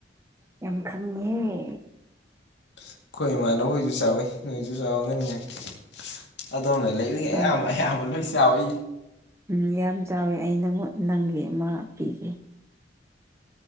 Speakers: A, on the right; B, on the left.
A: ꯌꯥꯝ ꯈꯪꯉꯦꯍꯦ
B: ꯑꯩꯈꯣꯏ ꯏꯃꯥꯟꯅꯕꯣꯏꯁꯨ ꯆꯥꯎꯋꯤ ꯅꯣꯏꯁꯨ ꯆꯥꯎꯔꯝꯒꯅꯤꯉꯥꯏ ꯑꯗꯣꯝꯅ ꯂꯩꯕꯒꯤ
A: ꯍꯣꯏ
B: ꯑꯌꯥꯝꯕ ꯑꯌꯥꯝꯕ ꯂꯣꯏ ꯆꯥꯎꯋꯤ
A: ꯎꯝ ꯌꯥꯝ ꯆꯥꯎꯋꯦ ꯑꯩ ꯅꯪꯉꯣꯟ ꯅꯪꯒꯤ ꯑꯃ ꯄꯤꯒꯦ